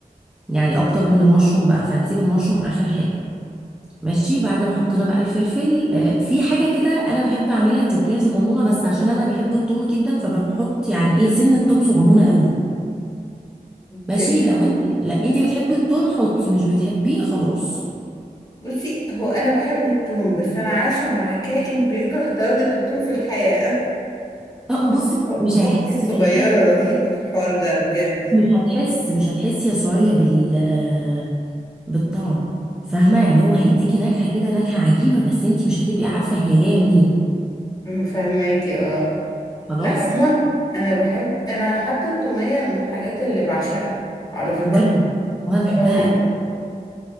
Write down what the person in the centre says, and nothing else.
يعني أكتر من المشروم بقى فهنسيب المشروم آخر حاجة ماشي بعد ما حطينا بقى الفلفل آه، في حاجة كده أنا بحب أعملها تكاية صغنونة بس عشان أنا بحب التوم جدا فبحط يعني إيه سن التوم صغنونة قوي
ماشي لو أنت لا أنت بتحبي التوم حطي مش بتحبيه خلاص
آه، بصي
مش هيحس
مش هيحس
مش هتحس مش هتحسي يا سوريا بال آه، بالطعم فاهمة يعني هو هيديكي نكهة كده نكهة عجيبة بس أنت مش هتبقي عارفة هي جاية منين
خلاص
وأنا وأنا بحبها